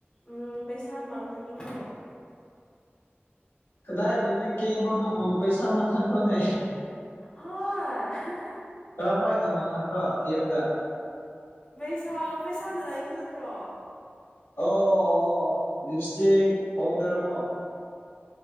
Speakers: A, on the left; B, on the left.
A: ꯎꯝ ꯄꯩꯁꯥ ꯃꯥꯡꯍꯟꯅꯤꯡꯉꯥꯏ
B: ꯀꯗꯥꯏꯗꯨ ꯅ ꯀꯕꯗꯨ ꯄꯩꯁꯥ ꯃꯉꯟꯊꯣꯅꯦ
A: ꯍꯣꯏ
B: ꯀꯔꯝꯥꯏꯅꯣ ꯑꯃꯣ ꯍꯥꯟꯕ꯭ꯔꯣ ꯀꯦꯕꯗ
A: ꯄꯩꯁꯥ ꯄꯩꯁꯥꯅ ꯂꯩꯕ ꯅꯠꯇ꯭ꯔꯣ
B: ꯑꯣ ꯑꯣ ꯑꯣ ꯂꯤꯞ ꯏꯁꯇꯤꯛ ꯄꯥꯎꯗꯔ ꯀꯣ